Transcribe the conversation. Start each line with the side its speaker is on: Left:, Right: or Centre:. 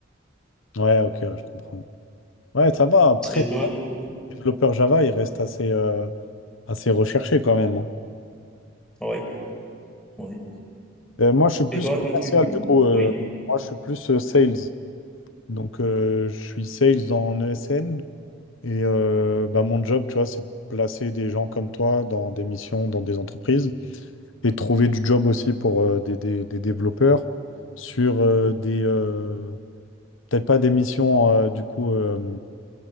Left: ok, ouais, je comprends. Ouais, ça va. Après,
Centre: Et
Left: pour
Centre: toi, tu-
Left: développeur Java, il reste assez, euh, assez recherché quand même. hein.
Centre: ouais, ouais.
Left: Euh, moi, je suis plus
Centre: Et toi,
Left: commercial,
Centre: tu,
Left: du coup. euh,
Centre: oui,
Left: moi, je suis plus euh, sales. Donc, euh, je suis sales en ESN. Et euh, bah, mon job, tu vois, c'est de placer des gens comme toi dans des missions, dans des entreprises. Et de trouver du job aussi pour euh, des, des- des développeurs sur euh, des, euh, Peut-être pas des missions, euh, du coup, euh,